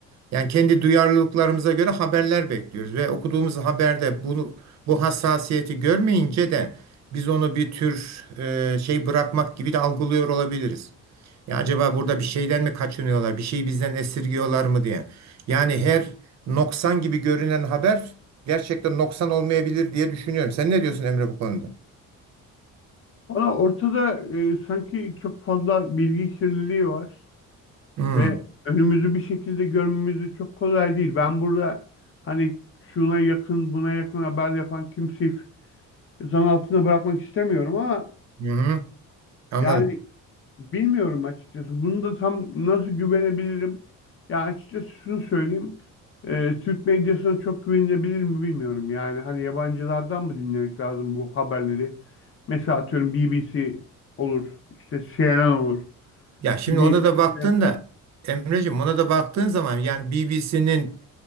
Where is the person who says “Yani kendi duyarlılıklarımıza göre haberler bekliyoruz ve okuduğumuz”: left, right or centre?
Right